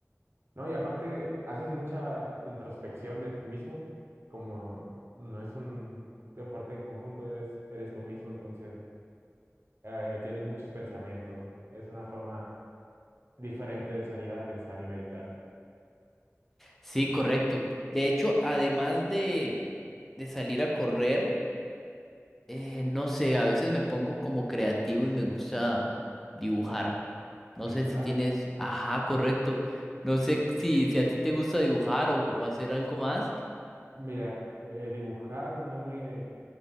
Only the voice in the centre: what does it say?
Sí, correcto. De hecho, además de, de salir a correr, eh, no sé, a veces me pongo como creativo y me gusta dibujar. No
sé si tienes, ajá, correcto. No sé si, si a ti te gusta dibujar o, o hacer algo más.